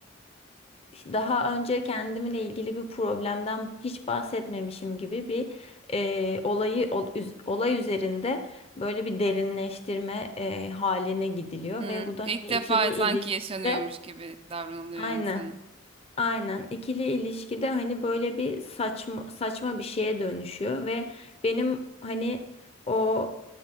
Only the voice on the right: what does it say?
Hmm,
ilk
defa
sanki yaşanıyormuş gibi davranılıyor
yani sana.